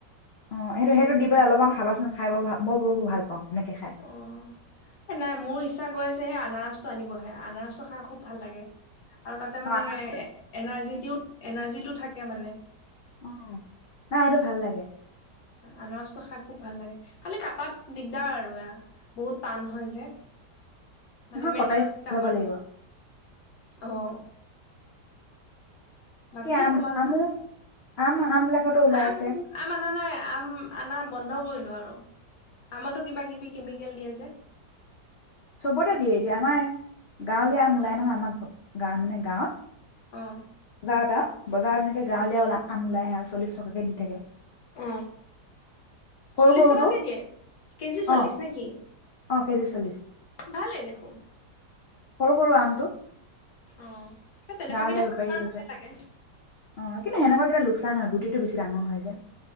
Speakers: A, on the left; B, on the left.
A: অ সেইটো সেইটোত দি পেলাই অলপমান খাবাচোন খাই ব ভ মই ব ভাল পাওঁ সেনেকে খাই
B: অ এ নাই মোৰ ছা গৈাইছেহে আনাৰসটো আনিবহে আনাৰস্তটো খাই খুব ভাল লাগে আৰু তাতে
A: অ
B: মানে
A: আনাৰসটো
B: এনাৰ্জি দিও এনাৰ্জিটো থাকে মানে
A: উ নাই আৰুটো ভাল লাগে
B: আনাৰসটো খাই খুব ভাল লাগে খালি কাটাত দিগদাৰ আৰু এ বহুত টান হয় যে
A: এখন
B: মানে মেহনত
A: কটাৰী
B: কামাৰ
A: ল'ব লাগিব
B: আহ বাকী
A: আম
B: তোমাৰ
A: আমো আম আম বিলাকতো ওলাই
B: আম
A: আছে
B: আম অনা নাই আম আ বন্ধ কৰিলো আৰু আমো কিবা কি কেমিকেল দিয়ে যে
A: চবতে দিয়ে দিয়া আমাৰ গাঁৱলীয়া আম ওলাই নহয় আমাৰ গাঁৱ মানে গাঁৱত
B: অ',
A: যাাৱ তা বজাৰত এনেকে গাঁৱলীয়াও আ ওলাই আহে আৰুলিশ টকাকে দি থাকে
B: অ
A: সৰু
B: চল্লিশ
A: সৰুটো
B: টকাকে দিয়ে কেজি চল্লিশ
A: অ
B: নেকি
A: অ কেজি চল্লিশ
B: ভালে দেখোন
A: সৰু সৰু আমটো
B: অ সেই তেনেকুৱাাকেইটা
A: গাঁৱলীয়া বেপাৰী
B: আৰু
A: লৈ যোৱা
B: ভে চাগে
A: অ কিন্তু সেনেকুৱা কেইটা লোকচান হয় গুটিটোেছি ডাঙৰ হয় যে